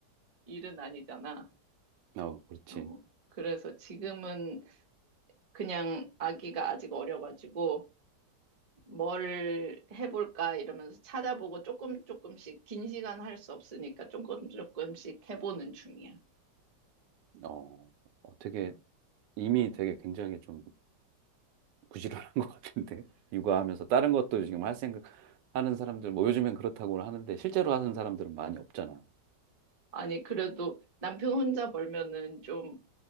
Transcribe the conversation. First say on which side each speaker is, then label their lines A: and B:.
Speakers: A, on the right; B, on the right.
A: 일은 아니잖아.
B: 어, 그렇지.
A: 어, 그래서 지금은 그냥 아기가 아직 어려가지고, 뭘 해볼까 이러면서 찾아보고 조금 조금씩 긴 시간 할 수 없으니까 조금 조금씩 해보는 중이야.
B: 어, 어떻게 이미 되게 굉장히 좀 부지런한 <laughs> 것 같은데 육아하면서 다른 것도 지금 할 생각 하는 사람들 뭐 요즘엔 그렇다고 하는데 실제로 하는 사람들은 많이 없잖아.
A: 아니, 그래도 남편 혼자 벌면은 좀